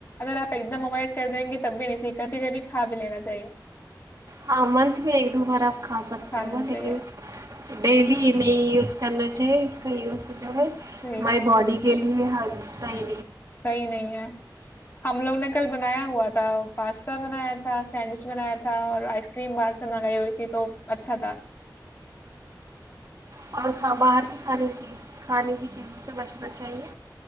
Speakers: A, on the left (about 35°); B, on the right (about 50°).
A: اگر آپ ایک دم اوائڈ کر دیں گے تب بھی نہیںی کبھی کبھی کھا بھی لینا چاہیے
B: ہاں من تو میں ایک دو بارہ کھا سکتے ہو
A: لینا چاہیے
B: لیکن ڈیلی نہیں یوز کرنا چاہیے اس کا یوز جو ہے
A: صحیح
B: مائی باڈی کے لیے حگتاے
A: صحیح نہیں ہے ہم لوگ نے کل بنایا ہوا تھا پاستا بنایا تھا سینڈوچ بنایا تھا اور آئس کریم باہر سے منگائی ہوئی تھی تو اچھا تھا
B: اور کھا باہر کی کھانے کی کھانے کی چیزوں سے بچنا چاہیے